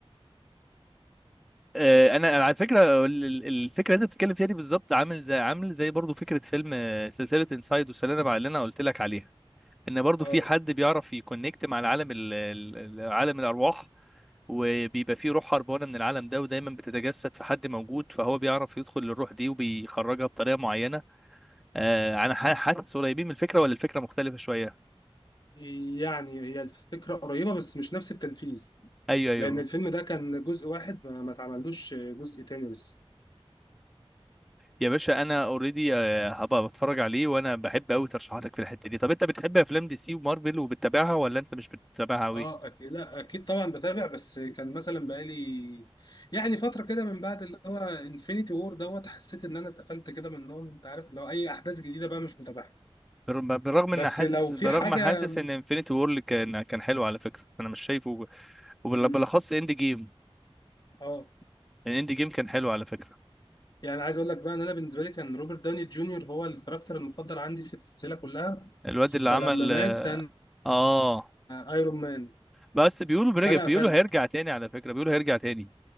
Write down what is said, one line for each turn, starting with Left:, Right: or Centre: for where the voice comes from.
Centre: آه، انا أنا على فكره ال- ال- الفكره اللي انت بتتكلم فيها دي بالظبط عامل زي عامل زي برضو فكره فيلم آه، سلسله انسايد والسلالم بقى اللي انا قلت لك عليها ان برضو
Left: اه
Centre: في حد بيعرف يكونكت مع العالم ال- ال- ال- عالم الارواح وبيبقى فيه روح هربانه من العالم ده ودايما بتتجسد في حد موجود فهو بيعرف يدخل للروح دي وبيخرجها بطريقه معينه آه، انا ح- حاسس قريبين من الفكره ولا الفكره مختلفه شويه
Left: يعني هي الفكرة قريبة بس مش نفس التنفيذ
Centre: ايوه ايوه
Left: لأن الفيلم ده كان جزء واحد ما ما اتعملوش جزء تاني لسه
Centre: يا باشا انا اوريدي هبقى بتفرج عليه وانا بحب قوي ترشيحاتك في الحته دي طب انت بتحب افلام دي سي ومارفل وبتتابعها ولا انت مش بتتابعها قوي
Left: اه اكيد لا اكيد طبعا بتابع بس كان مثلا بقالي يعني فتره كده من بعد اللي هو انفينيتي وور دوت حسيت ان انا اتقفلت كده من النوم انت عارف لو اي احداث جديده بقى مش متابعها
Centre: برغم
Left: بس
Centre: ان حاسس
Left: لو
Centre: برغم
Left: في حاجه
Centre: حاسس ان انفينيتي وور كان كان حلو على فكره انا مش شايفه وبالاخص
Left: مم.
Centre: اند جيم
Left: اه
Centre: الاند جيم كان حلو على فكره
Left: يعني عايز اقول لك بقى ان انا بالنسبه لي كان روبرت داوني جونيور هو الكاركتر المفضل عندي في السلسله كلها
Centre: الواد اللي
Left: فلما
Centre: عمل
Left: مات
Centre: اه
Left: انا
Centre: آه.
Left: ايرون مان
Centre: بس بيقولوا برجع
Left: فانا
Centre: بيقولوا
Left: قفلت
Centre: هيرجع تاني على فكره بيقولوا هيرجع تاني